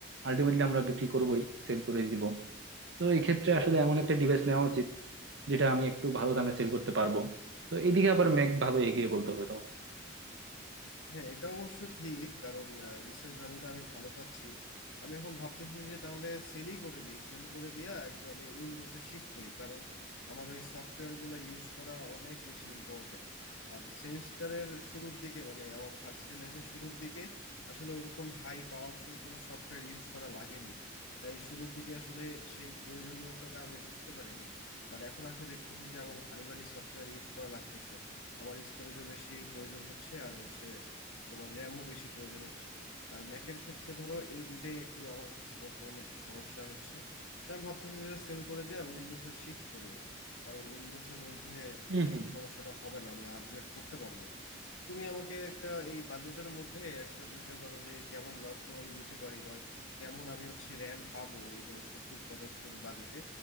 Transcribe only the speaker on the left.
হ্যাঁ এটা অবশ্য ঠিক কারণ রিসেল ভ্যালুটা আমি ভালো পাচ্ছি আমি এখন ভাবতেছি যে তাহলে সেলই করে দিই সেল করে দিয়া একটু আমি উইন্ডোজে শিফট হই কারণ আমার ওই সফটওয়্যার গুলো ইউজ করা অনেক বেশি ইম্পর্টেন্ট আর সেমিস্টারের শুরুর দিকে মানে আমার ভার্সিটি লাইফের শুরুর দিকে আসলে ওরকম হাই পাওয়ারফুল কোনো সফটওয়্যার ইউজ করা লাগেনি তাই শুরুর দিকে আসলে সেই প্রয়োজনীয়তাটা আমি বুঝতে পারিনি বাট এখন আসে দেখতেছি যে আমার ভারী ভারী সফটওয়্যার ইউজ করা লাগতেছে আমার স্টোরেজও বেশি প্রয়োজন হচ্ছে আর হচ্ছে তোমার র্যামও বেশি প্রয়োজন হচ্ছে আর ম্যাকের ক্ষেত্রে ধরো এই দুইটাই একটু আমার কাছে বর্তমানে একটু সমস্যা হচ্ছে তাই আমি ভাবতেছি যে সেল করে দেয়া উইন্ডোজে শিফট করব কারণ উইন্ডোজের মধ্যে
এই
সমস্যাটা হবে না আমি আপগ্রেড করতে পারবো তুমি আমাকে একটা এই বাজেটের মধ্যে একটা দুইটা ধরো যে কেমন ল্যাপটপ আমি নিতে পারি বা কেমন আমি হচ্ছে র্যাম পাবো এই ধরো সত্তর পঁচাত্তর বাজেটে